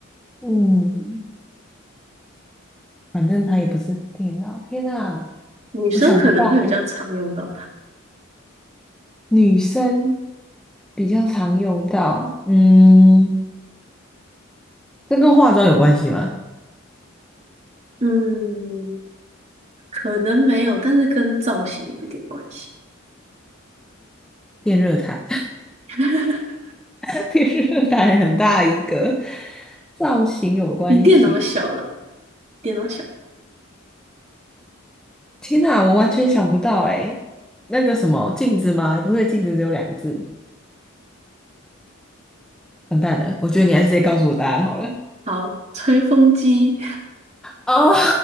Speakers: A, in the centre; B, on the right.
A: 嗯，反正它也不是电脑。天呐，
B: 女生可能会比较常用到它，
A: 我想不到哎，女生比较常用到，嗯，这跟化妆有关系吗？
B: 嗯，可能没有，但是跟造型有一点关系，
A: 电热毯，
B: <laughs>
A: <laughs> 电热毯很大一个，造型有关系。
B: 比电脑小了，电脑小。
A: 天呐，我完全想不到哎，那个什么镜子吗？不对，镜子只有两个字，完蛋了，我觉得你还是直接告诉我答案好了。
B: 好，吹风机，
A: 哦，